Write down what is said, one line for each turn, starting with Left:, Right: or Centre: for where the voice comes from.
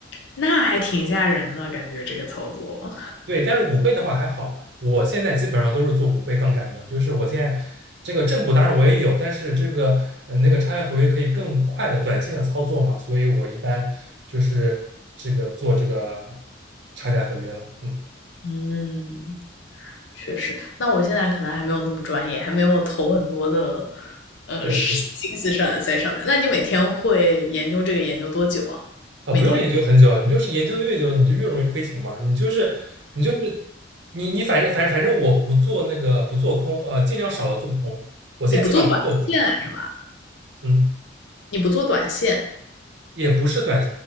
Left: 那还挺吓人的感觉这个操作。
Right: 对，但是五倍的话还好，我现在基本上都是做五倍杠杆的，就是我现在这个正股当然我也有，但是这个呃那个差价合约可以更快的短线的操作嘛，所以我一般就是这个做这个差价合约了，嗯。
Left: 嗯，确实。那我现在可能还没有那么专业，还没有投很多的呃是心思上在上面。
Right: 对对，
Left: 那你每天会研究这个研究多久啊？
Right: 啊，
Left: 每天
Right: 不用研究很久，你就是研究的越久，你就越容易亏钱嘛。你就是，你就是，你你反正反正反正我不做那个不做空，呃，尽量少的做空。我现在基本上不做空了，
Left: 你不做短线是吧？
Right: 嗯。
Left: 你不做短线。
Right: 也不是短，